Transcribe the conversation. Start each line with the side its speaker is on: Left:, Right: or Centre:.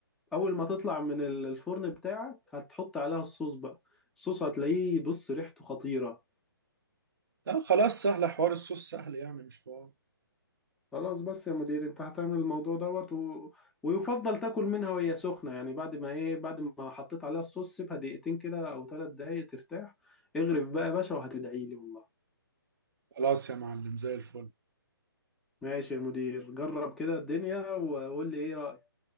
Centre: اول ما تطلع من ال- الفرن بتاعك هتحط عليها الصوص بقى الصوص هتلاقيه بص ريحته خطيرة
Right: لا خلاص سهلة حوار الصوص سهل يعني مش حوار
Centre: خلاص بس يا مدير انت هتعمل الموضوع دوت و... ويفضل تاكل منها وهي سخنة يعني بعد ما ايه بعد ما حطيت عليها الصوص سيبها دقيقتين كده او ثلاث دقايق ترتاح اغرف بقى يا باشا وهتدعي لي والله
Right: خلاص يا معلم زي الفل
Centre: ماشي يا مدير جرب كده الدنيا وقول لي ايه رأيك